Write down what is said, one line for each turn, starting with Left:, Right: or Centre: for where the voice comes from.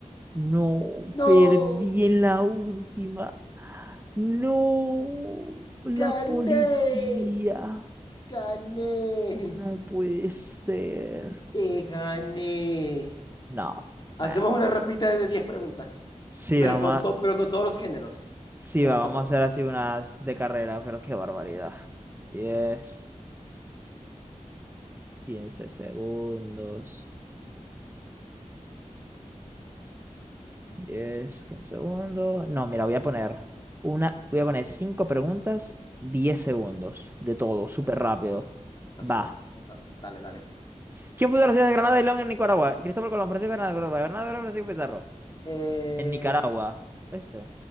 Right: No,
Left: ¡No!
Right: perdí en la última. No, la
Left: ¡Gané!
Right: policía.
Left: ¡Gané!
Right: No puede ser.
Left: ¡Te gané!
Right: No,
Left: Hacemos
Right: man.
Left: una rapita de diez preguntas.
Right: Sí,
Left: Pero
Right: vamos
Left: con, to-
Right: a,
Left: pero con todos los géneros.
Right: sí,
Left: Con
Right: va,
Left: todos.
Right: vamos a hacer así unas de carrera, pero qué barbaridad. Diez, quince segundos. Diez, quince segundos. No, mira, voy a poner una, voy a poner cinco preguntas, 10 segundos de todo, súper
Left: Estás,
Right: rápido.
Left: estás, estás
Right: Va.
Left: loco. Ajá. Dale, dale.
Right: ¿Quién fundó la ciudad de Granada y León en Nicaragua? Cristóbal Colón, Francisco Granada, Córdoba, Bernardo Alvarado, Francisco Pizarro.
Left: Eh,
Right: En Nicaragua. Este.